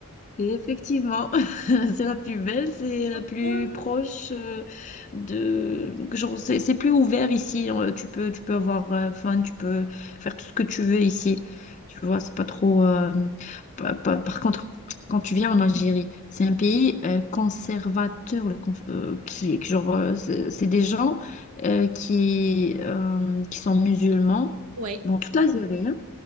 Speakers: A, on the left (about 35°); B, on the right (about 75°).
A: Et effectivement, <laughs> c'est la plus belle, c'est
B: Trop
A: la plus
B: bien!
A: proche euh, de genre c'est c'est plus ouvert ici. euh, Tu peux tu peux avoir euh, fun, tu peux faire tout ce que tu veux ici. Tu vois, c'est pas trop. euh, pa- pa- Par, contre, quand tu viens en Algérie, c'est un pays euh, conservateur, le conf- euh, qui qui- genre euh, c'est c'est des gens euh, qui euh, qui sont musulmans.
B: Ouais.
A: Bon, toute l'Algérie. hein,